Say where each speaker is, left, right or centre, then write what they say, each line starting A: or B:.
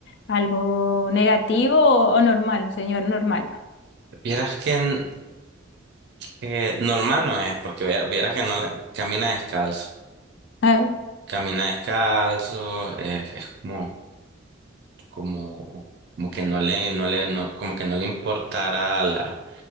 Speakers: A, on the left; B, on the right.
A: algo negativo o, o normal, un señor normal.
B: vieras que Eh, normal no es, porque viera- vieras que no le- camina descalzo.
A: Ay.
B: Camina descalzo, eh, es como, como, como que no le, no le, no, como que no le importara la,